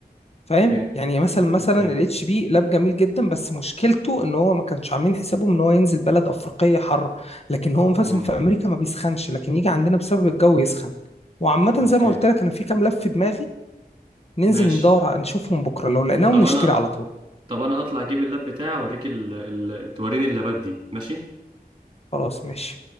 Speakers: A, on the left; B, on the right.
A: فاهم
B: اوكي
A: يعني مثلا مثلا
B: اوكي
A: الاتش بي لاب جميل جدا بس مشكلته ان هو ما كانش عاملين حسابه ان هو ينزل بلد افريقيه حر لكن هو مثلا
B: امم
A: في امريكا ما بيسخنش لكن يجي عندنا بسبب الجو يسخن وعامه
B: اوكي
A: زي ما قلت لك انا في كام لاب في دماغي ننزل
B: ماشي
A: ندور ع- نشوفهم بكره لو لقيناهم
B: طب
A: نشتري
B: انا
A: على طول
B: طب انا هطلع اجيب اللاب بتاعي اوريك ال... ال... توريني اللابات دي ماشي
A: خلاص ماشي